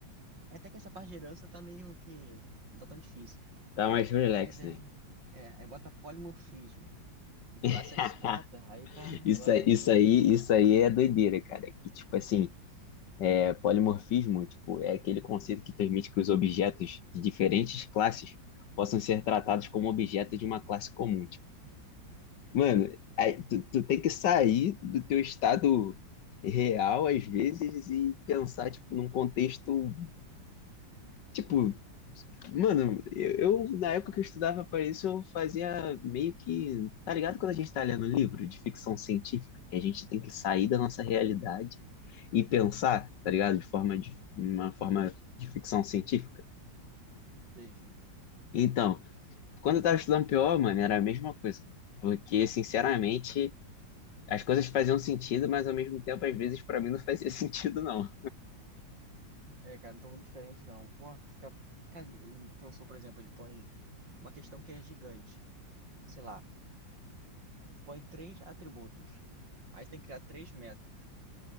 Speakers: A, on the right; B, on the left.
A: É até que essa parte de herança tá meio que. Não tá tão difícil.
B: Tá mais relax,
A: Mas aí.
B: né?
A: É, aí bota polimorfismo. E classe
B: <laughs>
A: abstrata, aí tá. O
B: Isso,
A: negócio
B: aí-
A: tá meio.
B: isso aí, isso aí é doideira, cara. Que tipo assim, é, polimorfismo, tipo, é aquele conceito que permite que os objetos de diferentes classes possam ser tratados como objetos de uma classe comum. Mano, aí tu, tu tem que sair do teu estado real, às vezes, e pensar, tipo, num contexto, tipo, mano, eu, eu, na época que eu estudava para isso, eu fazia meio que, tá ligado quando a gente tá lendo livro de ficção científica, que a gente tem que sair da nossa realidade e pensar, tá ligado, de forma de uma forma de ficção científica.
A: Sei, sei.
B: Então, quando eu tava estudando PO, mano, era a mesma coisa, porque, sinceramente, As coisas faziam sentido, mas ao mesmo tempo, às vezes, pra mim não fazia <laughs> sentido, não.
A: É, cara, não tô muito diferente não. Pô, fica. Cara, e o professor, por exemplo, ele põe uma questão que é gigante. Sei lá, põe três atributos. Aí você tem que criar três metros.